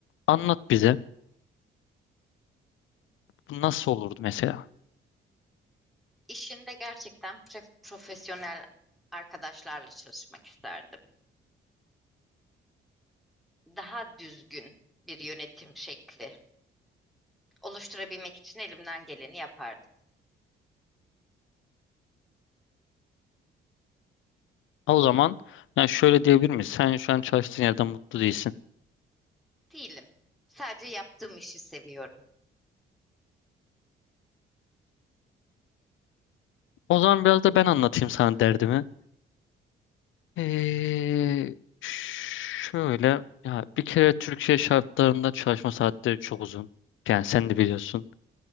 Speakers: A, on the left; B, in the centre.
A: anlat bize. Bu nasıl olurdu mesela?
B: İşinde gerçekten pre- profesyonel arkadaşlarla çalışmak isterdim. Daha düzgün bir yönetim şekli oluşturabilmek için elimden geleni yapardım.
A: O zaman yani şöyle diyebilir miyiz? Sen şu an çalıştığın yerden mutlu değilsin.
B: Değilim. Sadece yaptığım işi seviyorum.
A: O zaman biraz da ben anlatayım sana derdimi. Ee, şöyle ya bir kere Türkiye şartlarında çalışma saatleri çok uzun. Yani sen de biliyorsun.